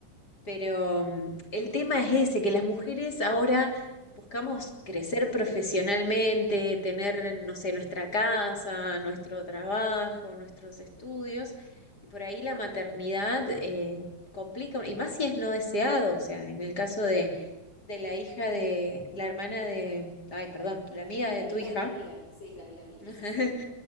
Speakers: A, on the left; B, on the left.
A: Pero mm, el tema es ese, que las mujeres ahora buscamos crecer profesionalmente, tener, no sé, nuestra casa, nuestro trabajo, nuestros estudios, y por ahí la maternidad eh, complica, y más si es no deseado, o sea, en el caso de,
B: Sí,
A: de la hija de, la hermana de, ay, perdón, la
B: la,
A: amiga de
B: la
A: tu
B: hija
A: hija.
B: de mi amiga, sí, la amiga de mi hija,
A: <laughs>
B: sí, sí.